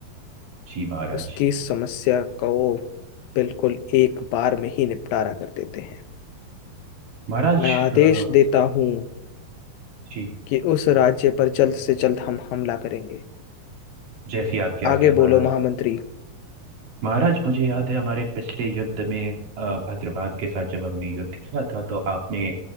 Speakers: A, on the right; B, on the left.
A: जी महाराज
B: उसकी समस्या को बिल्कुल एक बार में ही निपटारा कर देते हैं
A: महाराज
B: मैं आदेश
A: अ,
B: देता हूँ
A: जी
B: कि उस राज्य पर जल्द से जल्द हम हमला करेंगे
A: जैसी आपकी आज्ञा
B: आगे
A: महाराज
B: बोलो महामंत्री
A: महाराज मुझे याद है हमारे पिछले युद्ध में अ, भद्रपाल के साथ जब हमने युद्ध किया था तो आपने